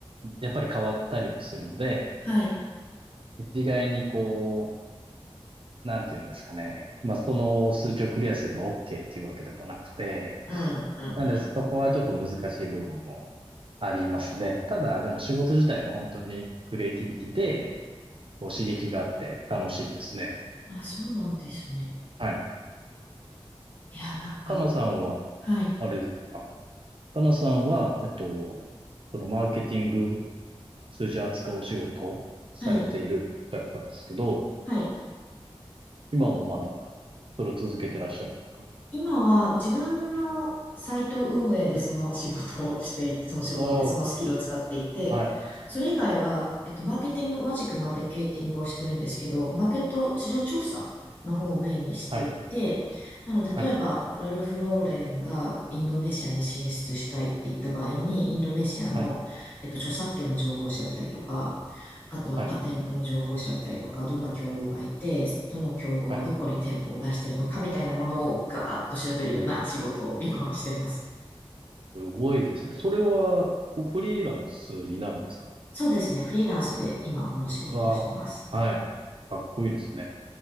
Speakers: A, on the right (about 60°); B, on the left (about 15°).
A: やっぱり変わったりもするので、
B: はい。
A: 一概にこう、なんていうんですかね。まあ、その数値をクリアすれば OK っていうわけでもなくて、
B: うんうんうん。
A: なので、そこはちょっと難しい部分もありますね。ただ、でも仕事自体は本当にクリエイティビティで、こう刺激があって楽しいですね。
B: あ、そうなんですね。
A: はい。
B: いや、なんか、
A: かなさんは、
B: はい。
A: あれですか。かなさんは、えっと、そのマーケティング、数字扱うお仕事をされているっておっしゃってたんですけど、
B: はい。はい。
A: 今もまだ、それを続けてらっしゃるんですか
B: 今は自分のサイト運営でその仕事をしていて、<laughs> その仕事ってそのスキルを使っていて、
A: ああ、はい、
B: それ以外は、えっと、マーケティング、同じくマーケティングをしてるんですけど、マーケット市場調査の方をメインにしていて、
A: はい、
B: なので、例えば、
A: はい、
B: ラルフ・ローレンがインドネシアに進出したいって言った場合に、インドネシアの、
A: はい、
B: えっと、著作権の情報を調べたりとか、あとはパテントの情報を調べたりとか、
A: はい、
B: どんな競合がいて、どの競合はどこに店舗を出してるのかみたいなものをガーッと調べるような仕事を今はしてます。
A: はい。すごいですね。それは、こうフリーランスになるんですか
B: そうですね。フリーランスで今この仕事をしてます。
A: うわあ、はい。かっこいいですね。